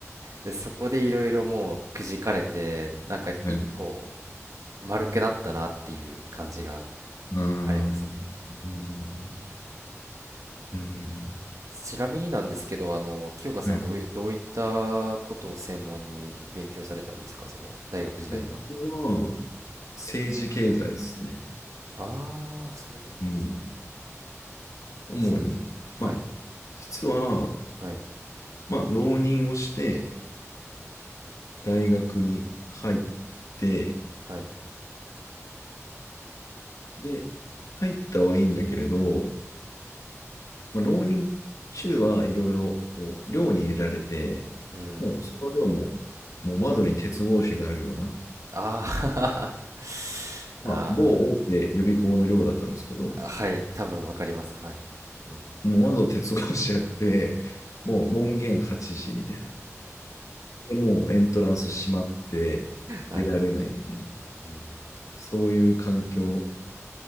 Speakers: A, on the right; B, on the left.
A: でそこでいろいろもうくじかれてなんか一個
B: はい。
A: 丸くなったなっていう感じが
B: ああ。
A: ありますね
B: うん。うん。
A: ちなみになんですけどあの清香さんどうい、
B: はい。
A: どういったことを専門に勉強されたんですかその大学時代は
B: 僕は、政治経済ですね。
A: ああーそうなんですね
B: うん。主に。
A: 政治系はい
B: まあ、実は、
A: はい、
B: まあ、浪人をして、大学に入って、
A: はい。
B: で、入ったはいいんだけれど、まあ、浪人中はいろいろこう寮に入れられて、
A: うーん。
B: もうその寮も、もう窓に鉄格子があるような、
A: ああ
B: まあ、某大手予備校の寮だったんですけど、
A: <laughs> ああ、はい、多分わかります。はい。うん。
B: もう窓鉄格子あって、もう門限8時みたいな。で、もうエントランス閉まって出られないみたいな、
A: はい。うん。
B: そういう環境